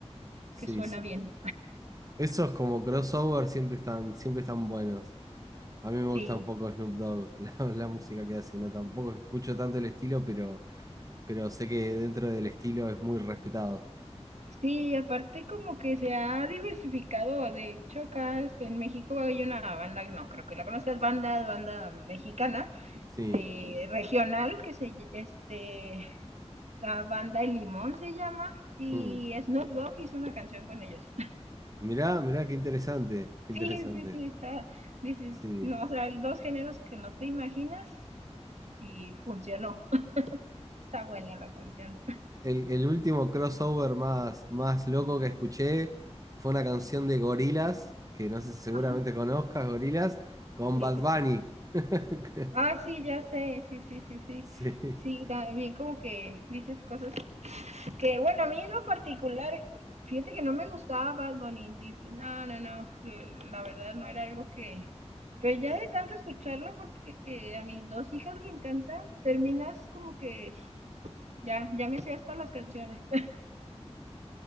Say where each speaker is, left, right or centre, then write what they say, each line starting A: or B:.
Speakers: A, on the right; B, on the right.
A: Sí,
B: que suena
A: sí.
B: bien.
A: Esos como crossover siempre están, siempre están buenos. A mí me gusta
B: Sí.
A: un poco Snoop Dogg, <laughs> la, la música que hace, ¿no? Tampoco escucho tanto el estilo, pero, pero sé que dentro del estilo es muy respetado.
B: Sí, aparte como que se ha diversificado. De hecho, acá este, en México hay una banda, no creo que la conozcas, banda, banda mexicana,
A: Sí.
B: de regional, que se ll- este, la banda El Limón se llama, y
A: Mm.
B: Snoop Dogg hizo una canción con ellos. <laughs>
A: Mirá, mirá, qué interesante, qué
B: Sí,
A: interesante.
B: sí, sí, está, dices,
A: Sí.
B: no, o sea, hay dos géneros que no te imaginas y funcionó. <laughs> Está buena la canción.
A: El, el último crossover más, más loco que escuché fue una canción de Gorillaz, que no sé si seguramente
B: Ajá,
A: conozcas, Gorillaz, con
B: sí,
A: Bad
B: sí,
A: Bunny.
B: sí.
A: <laughs>
B: Ah, sí, ya sé, sí, sí, sí, sí.
A: Sí.
B: Sí, también como que dices cosas que, bueno, a mí en lo particular, fíjate que no me gustaba Bad Bunny, dices, no, no, no, la la verdad no era algo que, pero ya de tanto escucharlo, porque eh, a mis dos hijas le encantan, terminas como que ya, ya me sé hasta las canciones. <laughs>